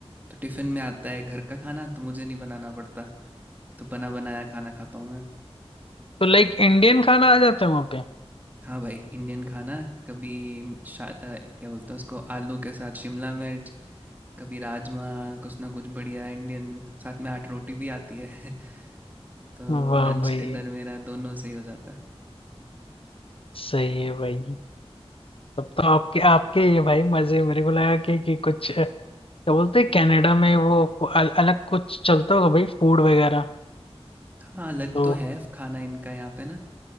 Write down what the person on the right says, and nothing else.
तो टिफ़िन में आता है घर का खाना तो मुझे नहीं बनाना पड़ता तो बना बनाया खाना खाता हूँ मैं
हाँ भाई इंडियन खाना कभी शा, अ, क्या बोलते हैं उसको आलू के साथ शिमला मिर्च कभी राजमा कुछ ना कुछ बढ़िया इंडियन साथ में आठ रोटी भी आती है <laughs> तो
लंच
डिनर मेरा दोनों से ही हो जाता है
हाँ अलग
तो है खाना इनका यहाँ पे ना